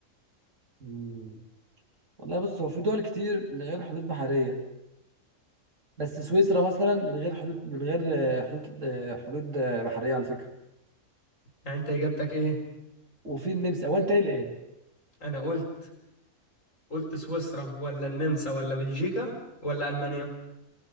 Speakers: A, on the right (about 60°); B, on the left (about 65°).
A: مم. والله بص هو في دول كتير من غير حدود بحرية بس سويسرا مثلا من غير حدود من غير آه، حدود آه، حدود آه، بحرية على فكرة
B: يعني انت اجابتك ايه
A: وفي النمسا هو انت قايل ايه؟
B: انا قلت قلت سويسرا ولا النمسا ولا بلجيكا ولا المانيا